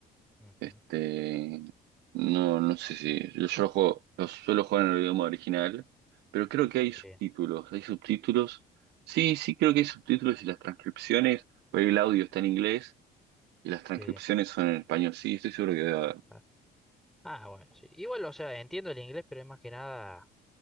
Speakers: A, in the centre; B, on the right.
A: Ujú,
B: Este, no, no sé si. Yo, yo lo juego, lo suelo jugar en el idioma original. Pero creo que hay subtítulos.
A: Sí,
B: Hay subtítulos. Sí, sí, creo que hay subtítulos y las transcripciones. Porque el audio está en inglés y las transcripciones
A: sí.
B: son en español. Sí, estoy seguro que
A: Ah, ah, bueno, sí. Igual, o sea, entiendo el inglés, pero es más que nada